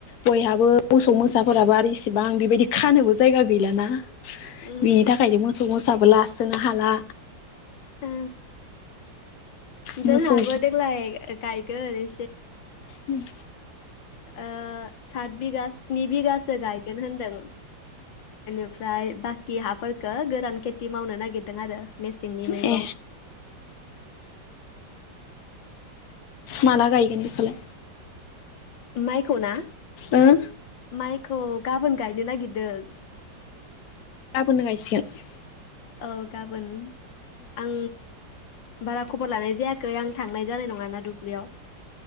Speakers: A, on the left; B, on the left.
A: बयहाबो मोसौ मोसाफोराबो आरो इसिबां बेबायदि खानोबो जायगा गैलाना।
B: उम
A: बिनि थाखायनो मोसौ मोसाबो लासो हाला।
B: ओ।
A: मोसौ
B: जोंहाबो देग्लाय गायगोन ऐ
A: उम।
B: ओ। सात बिगा स्नि बिगासो गायगोन होनदों बेनिफ्राय बाखि हाफोर गो-गोरान खेथि मावनो नागिरदों आरो मेसेंनि मैगं
A: ए माला गायगोन बेखौलाय
B: माइखौ ना?
A: ओं
B: माइखौ गाबोन गायनो नागिरदों।
A: गाबोननो गायसिगोन
B: औ गाबोन आं बारा खबर लानाय जायाखै आं थांनाय जानाय नङाना दुब्लियाव